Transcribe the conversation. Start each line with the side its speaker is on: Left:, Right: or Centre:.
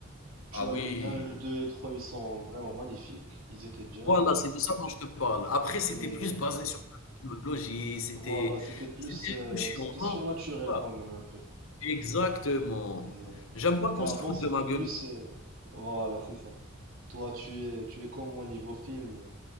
Right: Tu
Left: Ah
Right: as
Left: oui.
Right: le un, le 2 et le 3, ils sont vraiment magnifiques, ils étaient bien,
Left: Voilà, c'est de ça dont je te parle. Après,
Right: mais
Left: c'était plus basé
Right: euh,
Left: sur la technologie, c'était
Right: voilà, c'était plus,
Left: c'était
Right: euh,
Left: un peu chiant,
Right: c'était surnaturel
Left: non? Tu trouves
Right: quand même un peu.
Left: Exactement.
Right: Et, euh,
Left: J'aime
Right: mais
Left: pas qu'on
Right: avant,
Left: se foute
Right: c'était
Left: de ma
Right: plus,
Left: gueule.
Right: euh, voilà, c'est ça. Toi, tu es, tu es comme moi niveau film,